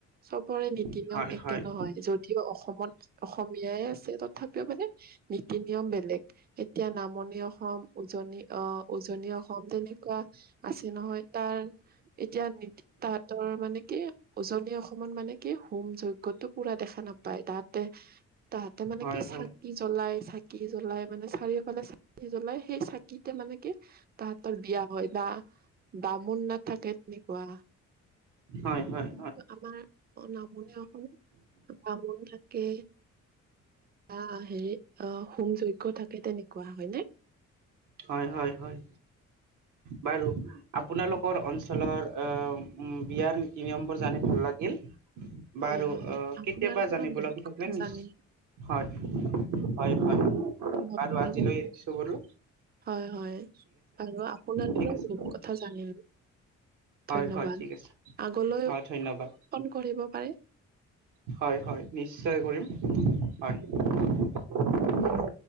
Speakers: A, on the right; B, on the right.
A: চবৰে নীতি
B: হয়
A: নিয়ম
B: হয় হয়
A: তাকে নহয় যদিও অসমত অসমীয়াই আছে তথাপিও মানে তি নিয়ম বেলেগ এতিয়া নামনি অসম উজনি আহ উজনি অসম অসম তেনেকুৱা আছে নহয় তাৰ এতিয়া তাঁতৰ মানে কি উজনী অসমত মানে কি হোম যজ্ পুৰা দেখা নাপায় তাহতে তাহতে মানে
B: হয়
A: কি
B: হয় হয়
A: চাকি জ্বলাই চাকি জ্বলাই মানে চাৰিওফালে চাকি জ্বলাই সেই চাকিতে মানে কি তাহতৰ বিয়া হয় বা বামুণ নাথাকে তেনেকুৱা
B: হয়
A: আমাৰ নামনি অসম বামুণ থাকে। অ হেৰি হোম যজ্ঞ থাকে তেনেকুৱা। হয় নে?
B: হয় বাৰু আপোনালোকৰ অঞ্চলৰ আ বিয়াৰ নিয়মবোৰ জানি লাগিল
A: হয়
B: বাৰু
A: হয়
B: অ
A: আপোনাৰ
B: কেতিয়াবা
A: পৰা
B: জানিব
A: বহুত
B: লাগি থাকিলে
A: কথা
B: হয়
A: জানে
B: হয় হয়
A: আপোনাৰ
B: আৰু আজিলৈ
A: পৰা
B: এৰিছোঁ বোলো
A: হয় হয় আৰু আপোনাৰ
B: ঠিক
A: পৰা
B: আছে
A: বহুত কথা জানিম
B: হয়
A: ধন্যবাদ
B: হয় ঠিক আছে
A: আগলৈ
B: হয় ধন্যবাদ
A: কল কৰিব পাৰে
B: হয় হয় নিশ্চয় কৰিম হয়